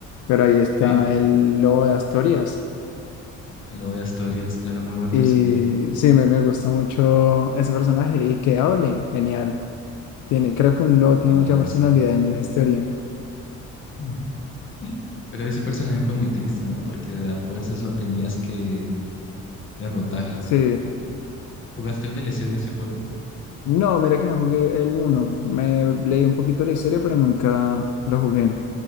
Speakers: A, on the left; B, on the left.
A: Pero ahí está
B: <laughs>
A: el lobo de Asturias.
B: Sí. El lobo de Asturias, claro, muy buen
A: Y
B: personaje.
A: sí, me, me gusta mucho ese personaje y que hable, genial. Tiene, creo que un lobo tiene
B: Ay,
A: mucha personalidad
B: sí.
A: en la historia.
B: Mm. <laughs> Pero ese personaje fue muy triste, ¿no? Porque de a fuerzas lo tenías que derrotar.
A: Sí.
B: ¿Jugaste el DLC de ese juego?
A: No, mira que no jugué el uno Me leí un poquito la historia, pero nunca lo jugué.